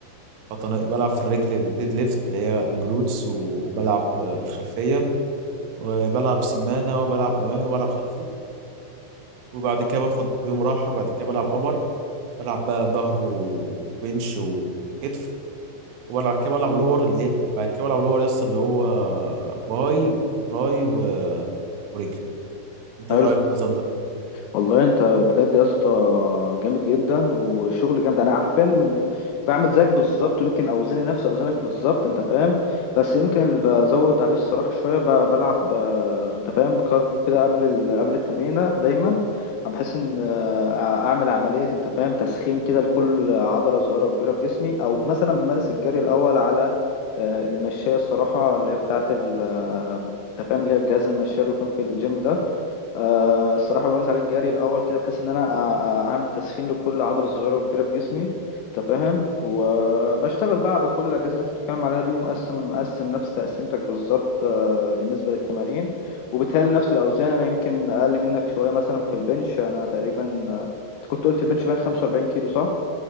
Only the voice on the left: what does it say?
حلو
والله انت بجد يا اسطى جامد جدا وشغل جامد انا عارفين م- م- بعمل زيك بالظبط ويمكن اوزاني نفس اوزانك بالظبط انت فاهم بس يمكن اللي بزود عليه الصراحه شويه ب- بلعب آه، انت فاهم كارديو كده قبل ال... قبل التمرينه دايما بحيث ان آه، اعمل عمليه انت فاهم تسخين كده لكل عضله صغيره وكبيره في جسمي او مثلا بمارس الجري الاول على آه، المشاية الصراحة اللي هي بتاعت ال آه، انت فاهم اللي هي الجهاز المشاية اللي بيكون في الجيم ده آه، الصراحة بمارس عليه الجري الأول كده بحيث إن أنا أ- أ- أعمل تسخين لكل عضلة صغيرة وكبيرة في جسمي أنت فاهم وبشتغل بقى على كل الأجهزة اللي أنت بتتكلم عليها دي ومقسم مقسم نفس تقسيمتك بالظبط آه، بالنسبة للتمارين وبتهيألي نفس الأوزان أنا يمكن أقل منك شوية مثلا في البنش أنا تقريبا آه، أنت كنت قلت البنش باين 45 كيلو صح؟